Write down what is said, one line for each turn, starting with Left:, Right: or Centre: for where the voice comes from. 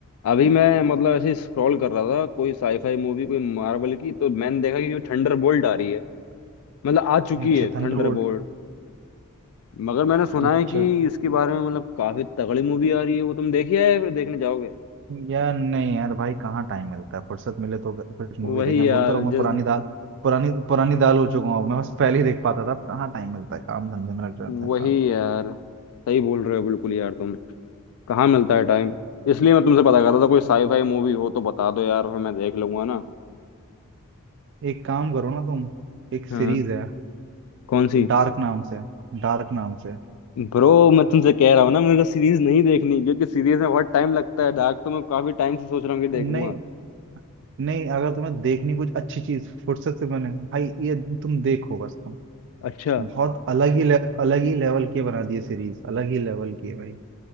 Left: अभी मैं मतलब ऐसे स्क्रॉल कर रहा था कोई साईफाई मूवी कोई मार्वल की तो मैंने देखा कि थंडर बोल्ट आ रही है मतलब आ चुकी
Right: अच्छा
Left: है
Right: थंडरबोल्ट
Left: थंडर बोल्ट मगर मैंने सुना
Right: अच्छा
Left: है कि इसके बारे में मतलब काफी तगड़ी मूवी आ रही है वो तुम देखी है या फिर देखने जाओगे
Right: यार नहीं यार भाई कहाँ टाइम मिलता है फुर्सत मिले तो कुछ मूवी
Left: वही
Right: देखें
Left: यार
Right: बोलते रहो मैं
Left: जिस
Right: पुरानी दाल पुरानी पुरानी दाल हो चुका हूँ मैं बस पहले ही देख पाता था अब कहाँ टाइम मिलता है काम धंधे में लग जाते हैं
Left: वही
Right: इंसान
Left: यार सही बोल रहे हो बिल्कुल यार तुम कहाँ मिलता है टाइम इसलिए मैं तुमसे पता कर रहा था कोई
Right: हम्म।
Left: साई फाई मूवी हो तो बता दो यार फिर मैं देख लूंगा ना
Right: एक काम करो ना तुम एक
Left: हाँ
Right: सीरीज है
Left: कौन सी
Right: डार्क नाम से डार्क नाम से
Left: ब्रो मैं तुमसे कह रहा हूँ ना मेरे को सीरीज नहीं देखनी क्योंकि सीरीज में बहुत टाइम लगता है डार्क तो मैं काफी टाइम से सोच रहा हूँ कि देखूंगा
Right: नहीं नहीं अगर तुम्हें देखनी कुछ अच्छी चीज फुर्सत से बने भाई ये तुम देखो बस तुम
Left: अच्छा
Right: बहुत अलग ही ले, अलग ही लेवल की बना दी है सीरीज अलग ही लेवल की है भाई